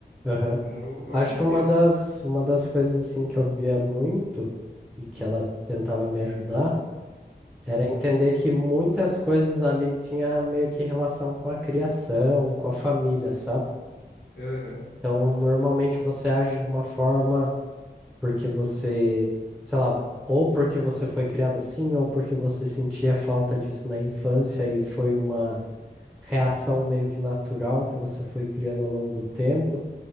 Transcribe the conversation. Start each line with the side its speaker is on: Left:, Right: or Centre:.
Centre: Aham.
Left: Então, eu, eu
Centre: Acho
Left: aconselho.
Centre: que uma das, uma das coisas assim que eu via muito e que ela tentava me ajudar era
Left: Aham,
Centre: entender que muitas coisas ali tinha meio que relação com a criação, com a família, sabe?
Left: aham,
Centre: Então, normalmente você age de uma forma porque você, sei lá, ou porque você foi criado assim, ou porque você sentia falta disso na infância e foi uma reação meio que natural que você foi criando ao longo do tempo?